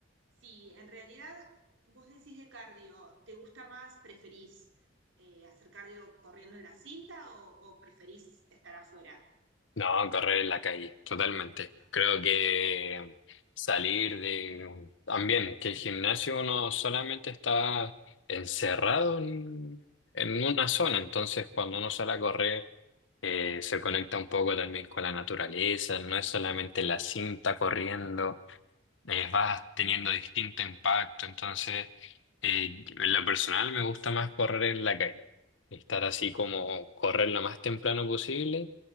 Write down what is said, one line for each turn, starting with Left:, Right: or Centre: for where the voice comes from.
Right: sí, en realidad vos decís de cardio, ¿te gusta más, preferís? eh, hacer cardio corriendo en la cinta o, o preferís estar afuera?
Left: No, correr en la calle, totalmente.
Right: Ah,
Left: Creo
Right: Sí.
Left: que salir de... También, que el gimnasio uno solamente está encerrado en, en una zona, entonces cuando uno sale a correr eh, se conecta un poco también con la naturaleza, no es solamente la cinta corriendo, eh, vas
Right: Mm.
Left: teniendo distinto impacto. Entonces, eh, en lo personal me gusta más correr en la calle. Estar así como correr lo más temprano posible,